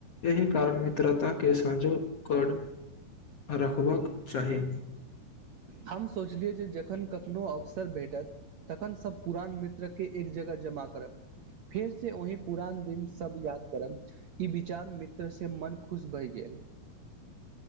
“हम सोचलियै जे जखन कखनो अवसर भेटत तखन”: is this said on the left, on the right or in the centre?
Right